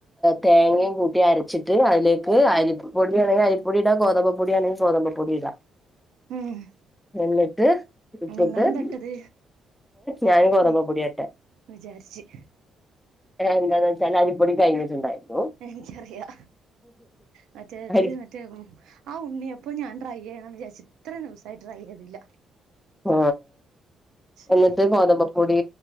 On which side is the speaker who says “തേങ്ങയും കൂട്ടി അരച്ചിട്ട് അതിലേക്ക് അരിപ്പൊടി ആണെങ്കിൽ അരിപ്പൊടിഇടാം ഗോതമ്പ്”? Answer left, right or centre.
Centre